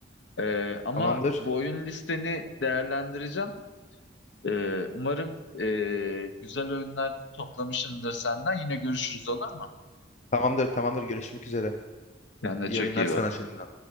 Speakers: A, on the left; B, on the left.
A: Ee, ama
B: Tamamdır.
A: bu oyun listeni değerlendireceğim. Ee, umarım ee, güzel oyunlar toplamışımdır senden. Yine görüşürüz olur mu?
B: Tamamdır. Tamamdır. Görüşmek üzere.
A: Kendine
B: İyi
A: çok
B: oyunlar
A: iyi
B: sana
A: bak.
B: şimdiden.